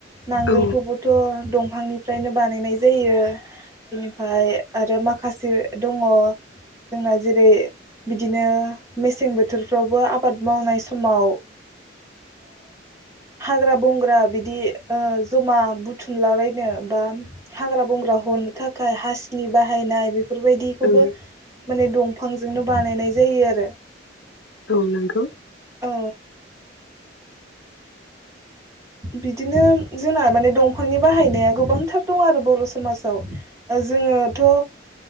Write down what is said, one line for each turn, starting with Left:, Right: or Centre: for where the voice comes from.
Right: नांगोलखौबोथ
Left: औ
Right: दं। दफांनिफ्रायनो बानायनाय जायो बेनिफ्राय आरो माखासे दङ जोंना जेरै बिदिनो मेसें बोथोरफ्रावबो आबाद मावनाय समाव। हाग्रा बंग्रा बिदि जमा बुथुमलाबायनो बा हाग्रा बंग्रा हनो थाखाय हासिनि बाहायनाय बे। बेफोर बायदिखौबो
Left: ओं
Right: माने दं बिफांजोंनो बानायनाय जायो आरो।
Left: औ नंगौ।
Right: औ बिदिनो जोंना माने दंफांनि बाहायनाया गोबांथार दं आरो बर समाजाव जोङोथ